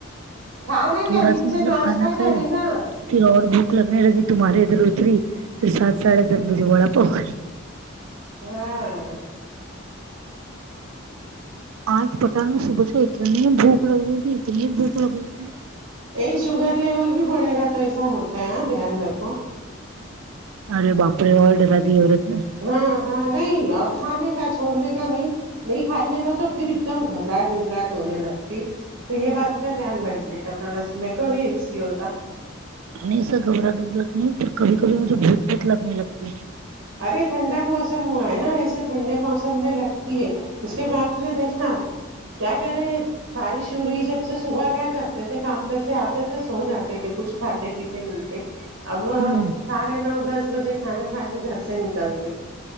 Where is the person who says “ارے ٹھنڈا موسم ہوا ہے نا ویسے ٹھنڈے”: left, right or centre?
Right